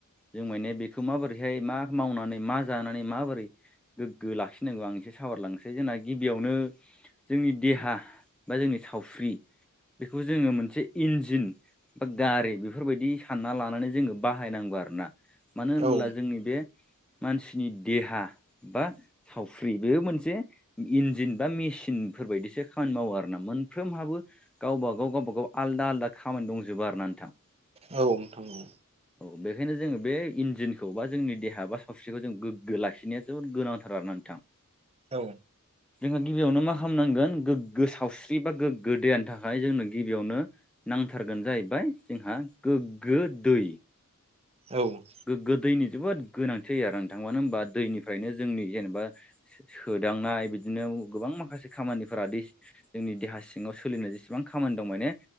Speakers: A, in the centre; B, on the right (about 30°).
A: जों माने बेखौ माबोरैहाय मा मावनानै मा जानानै माबोरै गोग्गो लाखिनांगौ आं एसे सावारलांनोसै जोंना गिबियावनो जोंनि देहा बा जोंनि सावस्रि बेखौ जोङो मोनसे इन्जिन बा गारि बेफोरबायदि सानना लानानै जोङो बाहायनांगौ आरो ना। मानो होनोब्ला
B: औ
A: जोंनि बे मानसिनि देहा बा सावफ्रि बेयो मोनसे इन्जिन बा मेसिन फोरबायदिसो खामानि मावो आरोना मोनफ्रोमहाबो गावबा गाव गावबागाव आलदा आलदा खामानि दंजोबो आरोना नोंथां।
B: औ नोंथां औ।
A: औ बेखायनो जोङो बे इन्जिनखौ बा जोंनि देहा बा सावस्रिखौ जों गोग्गो लाखिनो जोबोद गोनांथार आरोना नोंथां।
B: औ।
A: जोंहा गिबियावनो मा खालामनांगोन गोग्गो सावस्रि बा गोग्गो दैनि थाखाय जोंनो गिबियावनो नांथारगोन जाहैबाय जोंहा गोग्गो दै।
B: औ।
A: गोग्गो दैनि जोबोद गोनांथि जायो आरो नोंथां मानो होनबा दैनिफ्रायनो जोंनि जेनेबा सोदांनाय बिदिनो गोबां माखासे खामानिफोरा दै जोंनि देहा सिङाव सोलिनाय जेसेबां खामानि दं माने